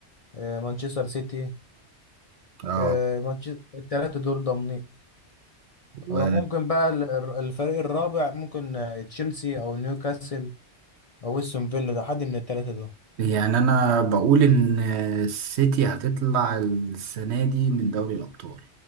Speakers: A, on the left (about 40°); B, on the right (about 75°).
A: آه، مانشستر سيتي
B: اه
A: آه، مانشستر التلاتة دول ضامنين
B: و
A: آه، ممكن بقى ال- الفريق الرابع ممكن آه، تشيلسي أو نيوكاسل أو استون فيلا ده حد من التلاتة دول
B: يعني انا بقول ان السيتي هتطلع السنه دي من دوري الابطال